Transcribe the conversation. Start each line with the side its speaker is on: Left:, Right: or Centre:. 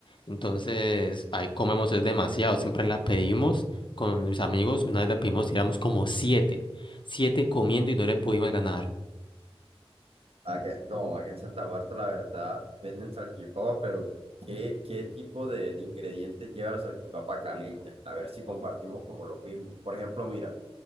Left: Entonces, ahí comemos es demasiado. Siempre la pedimos con mis amigos. Una vez la pedimos y éramos como siete. Siete comiendo y no le pudimos ganar.
Right: Acá- no, aquí en Santa Marta la verdad venden salchipapa, pero ¿qué, qué tipo de, de ingredientes lleva la salchipapa caleña? A ver si compartimos como los mismos. Por ejemplo, mira,